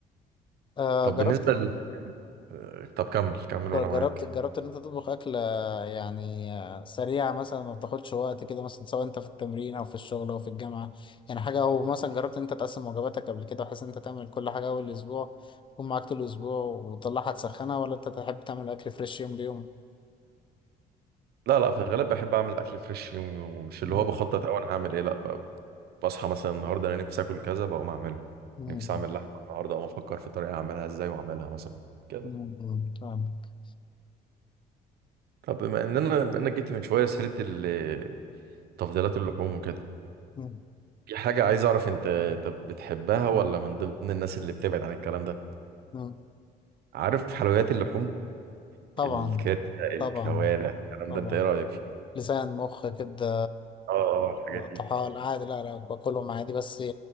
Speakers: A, on the left (about 30°); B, on the right (about 70°).
A: آه
B: طب
A: جربت
B: بالنسبه ل... آه، طب كمل كمل وانا
A: جربت
B: معاك
A: جربت ان انت تطبخ اكلة يعني آه، سريعة مثلا ما بتاخدش وقت كده مثلا سواء انت في التمرين او في الشغل او في الجامعة يعني حاجة او مثلا جربت ان انت تقسم وجباتك قبل كده بحيث ان انت تعمل كل حاجة اول اسبوع تكون معاك طول الاسبوع وتطلعها تسخنها ولا انت تحب تعمل اكل فريش يوم بيوم
B: لا لا في الغالب بحب اعمل اكل فريش يومي ومش اللي
A: مم.
B: هو بخطط او انا هعمل ايه لا ب- بصحى مثلا النهارده انا نفسي اكل كذا بقوم اعمله
A: مم.
B: نفسي اعمل لحمه النهارده اقوم افكر في طريقه اعملها ازاي واعملها مثلا كده
A: مم. مم. فاهمك.
B: طب بما ان انا بما انك جبت من شويه سيره ال- تفضيلات اللحوم وكده
A: مم.
B: في حاجه عايز اعرف انت طب بتحبها ولا من ضمن الناس اللي بتبعد عن الكلام ده
A: مم.
B: عارف حلويات اللحوم
A: طبعا
B: الكرشه الكوارع
A: طبعا
B: الكلام
A: طبعا
B: ده انت ايه رايك فيه
A: لسان مخ كده
B: اه اه الحاجات دي
A: طحال عادي لا لا باكلهم عادي بس